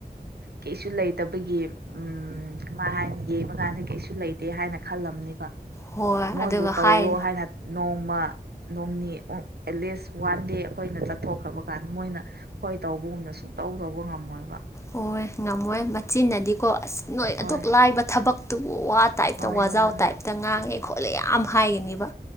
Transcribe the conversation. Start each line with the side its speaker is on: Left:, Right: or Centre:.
Right: ꯀꯩꯁꯨ ꯂꯩꯇꯕꯒꯤ ꯎꯝ ꯀꯃꯥꯏ ꯍꯥꯏꯅ ꯌꯦꯡꯕ ꯀꯥꯟꯗ ꯀꯩꯁꯨ ꯂꯩꯇꯦ ꯍꯥꯏꯅ ꯈꯜꯂꯝꯅꯦꯕ
Left: ꯍꯣꯏ
Right: ꯃꯣꯏꯕꯨ
Left: ꯑꯗꯨꯒ
Right: ꯇꯧꯔꯣ
Left: ꯍꯥꯏ
Right: ꯍꯥꯏꯅ ꯅꯣꯡꯃ ꯅꯣꯡꯅꯤ ꯑꯦꯠꯂꯤꯁ ꯋꯥꯟ ꯗꯦ ꯑꯩꯈꯣꯏꯅ ꯆꯠꯊꯣꯛꯈ꯭ꯔꯕ ꯀꯥꯟꯗ ꯃꯣꯏꯅ ꯍꯣꯏ ꯇꯧꯕꯒꯨꯝꯅ ꯁꯨꯡꯇꯧ ꯇꯧꯕ ꯉꯝꯃꯣꯏꯕ
Left: ꯍꯣꯏ ꯉꯝꯃꯣꯏ ꯃꯆꯤꯟꯅꯗꯤꯀꯣ ꯑꯁ ꯅꯣꯏ ꯑꯗꯨꯛ
Right: ꯍꯣꯏ
Left: ꯂꯥꯏꯕ ꯊꯕꯛꯇꯨꯕꯨ ꯋꯥꯠ ꯇꯥꯏꯞꯇ
Right: ꯍꯣꯏ
Left: ꯋꯥꯖꯥꯎ
Right: ꯍꯣꯏ ꯍꯣꯏ
Left: ꯇꯥꯏꯞꯇ ꯉꯥꯡꯉꯦ ꯈꯣꯠꯂꯦ ꯌꯥꯝ ꯍꯥꯏꯒꯅꯦꯕ